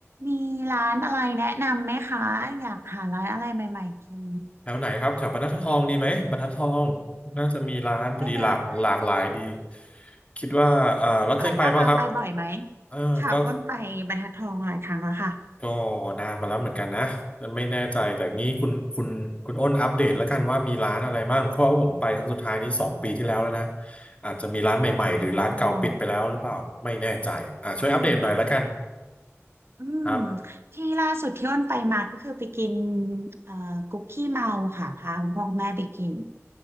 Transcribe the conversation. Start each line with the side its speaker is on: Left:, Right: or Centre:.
Right: มีร้านอะไรแนะนำไหมคะอยากหาร้านอะไรใหม่ๆกิน
Left: แถวไหนครับแถวบรรทัดทองดีไหมบรรทัดทองน่าจะมีร้านพอดีหลากหลากหลายดี
Right: ได้เลย
Left: คิดว่าเออแล้วเคยไปป่ะครับ
Right: ไปไปปะคะไปบ่อยไหม
Left: เออก็
Right: ค่ะอ้นไปบรรทัดทองหลายครั้งแล้วค่ะ
Left: ก็นานมาแล้วเหมือนกันนะไม่แน่ใจแต่งี้คุณคุณคุณอ้นอัปเดตแล้วกันว่ามีร้านอะไรบ้างเพราะว่าผมไปครั้งสุดท้ายนี้สองปีที่แล้วแล้วนะอาจจะมีร้านใหม่ๆหรือร้านเก่าปิดไปแล้วหรือเปล่าไม่แน่ใจอ่าช่วยอัปเดตหน่อยแล้วกัน
Right: โอ้ใช่ค่ะอืม
Left: ครับ
Right: ที่ล่าสุดที่อ้นไปมาก็คือไปกินเอ่อคุกกี้เมาค่ะพาคุณพ่อคุณแม่ไปกิน